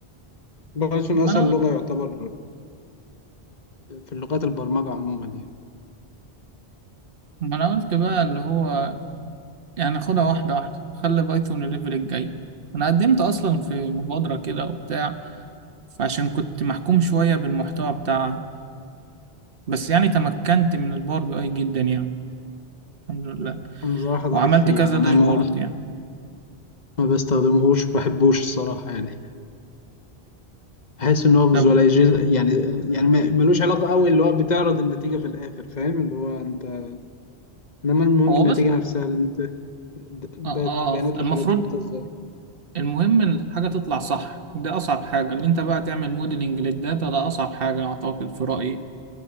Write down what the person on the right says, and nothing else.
ما
أنا
ما أنا قلت بقى اللي هو يعني خدها واحدة واحدة خلي بايثون الليفل الجاي أنا قدمت أصلا في مبادرة كده وبتاع فعشان كنت محكوم شوية بالمحتوى بتاعها بس يعني تمكنت من الباور بي اي جدا يعني الحمد لله
وعملت
كذا
داشبورد
يعني
طب
هو
بس
اه,
آه
المفروض
المهم الحاجة تطلع صح دي أصعب حاجة اللي أنت بقى تعمل موديلنج للداتا ده أصعب حاجة أعتقد في رأيي